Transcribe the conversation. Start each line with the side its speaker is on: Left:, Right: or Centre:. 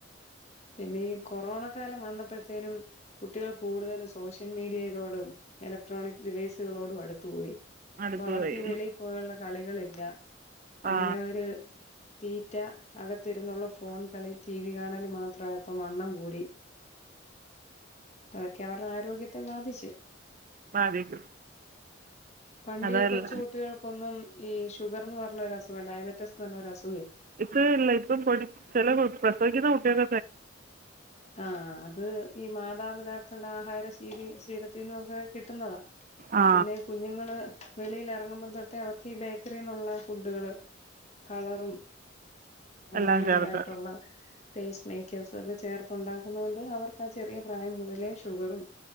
Left: പിന്നെ ഈ കൊറോണ കാലം വന്നപ്പോഴത്തേനും കുട്ടികൾ കൂടുതൽ സോഷ്യൽ മീഡിയയിലോടും എലക്ട്രോണിക് ഡിവൈസുകളോടും അടുത്തുപോയി.
Right: മടുത്ത്
Left: അപ്പൊ അവർക്ക്
Right: പോയി
Left: ഈ വെളിയിൽ പോയുള്ള കളികളില്ല അങ്ങനെ
Right: ആ
Left: ഒരു തീറ്റ അകത്ത് ഇരുന്നുള്ള ഫോൺ കളി ടി വി കാണാല് മാത്രമായപ്പം വണ്ണം കൂടി. അതൊക്കെ അവരുടെ ആരോഗ്യത്തെ ബാധിച്ച്.
Right: ബാധിക്കും
Left: പണ്ട്
Right: അതല്ല
Left: ഈ കൊച്ചു കുട്ടികൾ ഒന്നും ഈ ഷുഗർന്ന് പറഞ്ഞ ഒരു അസുഖ ഡയബറ്റീസ് എന്ന് പറഞ ഒരസു
Right: ഇപ്പ ഇല്ല ഇപ്പൊ പൊ ചില പ്രസവിക്കുന്ന കുട്ടിക
Left: ആ അത് ഈ മാതാപിതാ ആഹാര ശീ ശീലത്തിൽന്ന ഒക്കെ കിട്ടുന്നതാണ്
Right: ആ
Left: പിന്നെ കുഞ്ഞുങ്ങള് വെളിൽ ഇറങ്ങുമ്പോൾ തൊട്ടേ അവർക്ക് ഈ ബേക്കറിൽ നിന്നുള്ള ഫുഡുകള് കളറും
Right: എല്ലാം
Left: ആമിതമായിട്ടുള്ള
Right: ചേർത്ത്
Left: ടേസ്റ്റ് മേക്കേഴ്സും ഒക്കെ ചേർത്ത ഉണ്ടാക്കുന്ന കൊണ്ട് അവർക്ക് ആ ചെറിയ പ്രായം മുതലേ ഷുഗറും